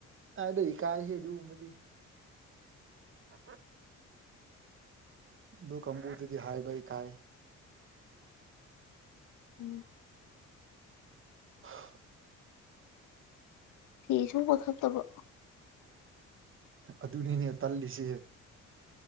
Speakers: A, on the right; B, on the left.
A: ꯑꯗ ꯑꯩ ꯀꯥꯏꯌꯦ ꯑꯗꯨꯒꯨꯝꯕꯗꯤ ꯑ ꯑ <inaudible> ꯑꯗꯨ ꯀꯥꯡꯕꯨꯗꯨꯗꯤ ꯍꯥꯏꯕ ꯢꯀꯥꯏ
B: ꯎꯝ <inaudible>
A: ꯑ <inaudible>
B: ꯐꯤ ꯁꯨꯕ ꯈꯛꯇꯕꯨ
A: ꯑꯗꯨꯅꯤꯅꯦ ꯇꯜꯂꯤꯁꯦ